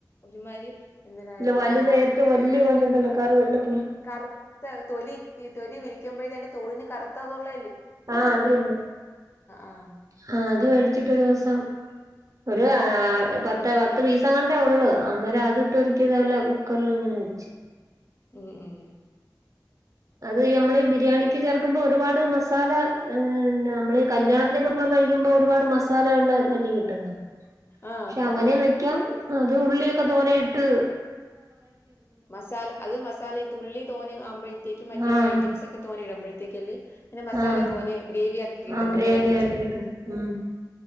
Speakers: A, on the left; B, on the right.
A: ഒരുമാതിരി എന്തിനാല്ല
B: ഇല്ല വലുത
A: കറ
B: ഏറ്റവും വലിയ കൊഞ്ച് ഉണ്ടല്ലോ കർ കർ
A: കറുത്ത തൊലി തൊലി വിരിക്കുമ്പോഴേ തന്റെ തൊഴിന് കറുത്തതുള്ള
B: ആഹ് അത് തന്നെ
A: ആഹ്
B: ആ അത് മേടിച്ചിട്ട് ഒരു ദിവസം ഒരു പത്ത് പത്ത് പീസ കൊണ്ടേ ഉള്ളു അന്നേരം അത് ഇട്ടരിക്കിയതല്ല കുക്കറിൽ ഇങ്ങനെ വച്ച്
A: ഉം ഉം
B: അത് നമ്മള് ബിരിയാണിക്ക് ചേർ ക്കുമ്പോ ഒരുപാട് മസാല നമ്മള് കല്യാണത്തിനൊക്കെ പോയി കഴിക്കുമ്പോ ഒരുപാട് മസാല ഉള്ളത ലേ കിട്ടുന്ന്
A: ആഹ്
B: പക്ഷെ അങ്ങനെ വെക്ക അത് ഉള്ളിയൊക്കെ തോണയിട്ട്
A: മസാല അത് മസാല തുള്ളി തോന്നി ആവുമ്പോഴേ ലേക്ക് മറ്റേ
B: ആഹ്
A: ഐറ്റംസ് ഒക്കെ തോനേയിടുമ്പോഴത്തേക്കല് പിന്നെ മസാല
B: ആഹ്
A: തോന്നെ ഗ്രേവി ആക്കി കിട്ടുന്നു
B: ആഹ് ഗ്രേവി
A: നല്ല വറ്റിച്ചെടുക്കും
B: ആക്കിയിട്ടുണ്ട് ഉം